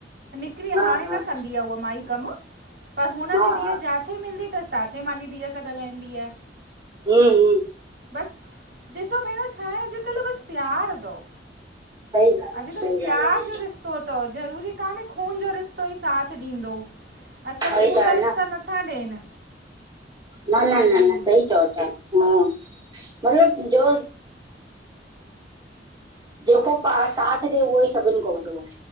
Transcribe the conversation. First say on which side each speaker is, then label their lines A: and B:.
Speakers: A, on the right; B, on the right.
A: निकिरी
B: हा
A: हाणे
B: हा
A: न कंदी आहे, उहो माई कमु। पर हुनजी
B: हा
A: धीउ
B: हा
A: जाथे मिलंदी तसि, ताथे मांजी धीउ सां ॻाल्हाईंदी आहे।
B: हम- हम।
A: बसि ॾिसो भेण, छा आहे अॼुकल्ह बसि प्यार तव।
B: सही ॻाल्हि
A: अॼुकल्ह प्यार
B: आहे
A: जो रिश्तो तव, ज़रूरी कान्हे खून जो रिश्तो ई साथ ॾींदो? अॼुकल्ह
B: सही
A: खून
B: ॻाल्हि आहे सही त आहे
A: जा रिश्ता नथा ॾियनि।
B: न
A: जी
B: न न
A: जी
B: न सही चओ था। ह मतिलब जो जेको पा साथ ॾे, उहो ई सभिनि खां वॾो आं।